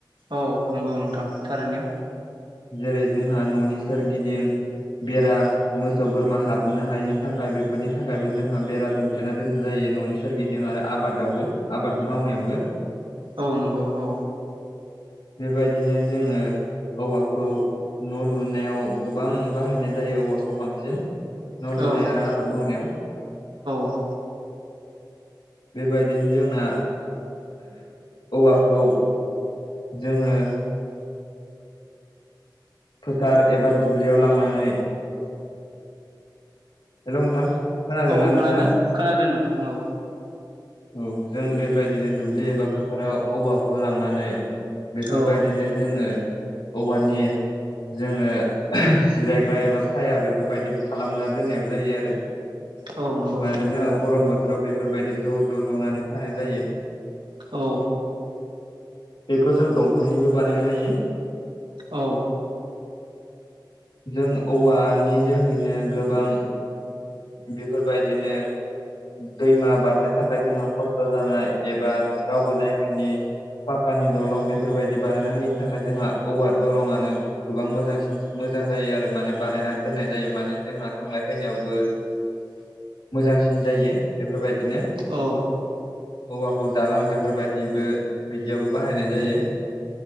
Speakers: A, on the right; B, on the left.
A: औ नंगौ नोंथां थारैनो
B: जेरै जोंहा न'नि सोरगिदिं बेरा मोसौ बोरमा हाबोनो हायिनि थाखाय बेफोरनि थाखायबो जोंहा बेरा दुमथेना दोननाय जायो न'नि सोरगिदिं आरो आबादावबो आबाद मावनायावबो
A: औ नंगौ औ
B: बेबायदिनो जोङो औवाखौ न' लुनायाव गोबां बाहायनाय जायो औवाखौ बांसिन न' लुनाय
A: औ
B: आरो आबाद मावनायाव
A: औ
B: बेबायदिनो जोंना औवाखौ जोङो फोथार एबा दुब्लियाव लांनानै हेल' नोंथां खोनादोंना
A: औ
B: नोंथाङा
A: खोनादों खोनादों नोंथां औ
B: औ जों बेबायदिनो दुब्लि एबा फोथाराव औवाखौ लांनानै बेफोरबायदिनो
A: औ
B: जोङो औवानि जोङो जिरायग्रा एबा साया बेफोरबायदि खालामना दोननायबो जायो आरो
A: औ नंगौ
B: माने
A: नोंथां
B: जोंहा
A: औ
B: गरम बोथोराव बेफोरबायदि ज' ज' ज'नानै थानाय जायो।
A: औ
B: बेखौ जों दंफांनिबो बानायनो हायो।
A: औ
B: जों औवानि जोहैनो गोबां बेफोरबायदिनो दैमा बारनो थाखाय जोंहा खस्थ' जानाय एबा रावबो नायफिनि पाक्कानि दलं बेफोरबायदि बानायना होयिनि थाखाय जोंहा औवार दलंनो गोबां मोजांसिन मोजां जायो आरो माने बानायना दोननाय जायो माने जोंहा थांलाय फैनायावबो
A: <inaudible>
B: मोजांसिन जायो बेफोरबायदिनो
A: औ
B: हौवाखौ दालां बेफोरबायदिबो बिदियावबो बाहायनाय जायो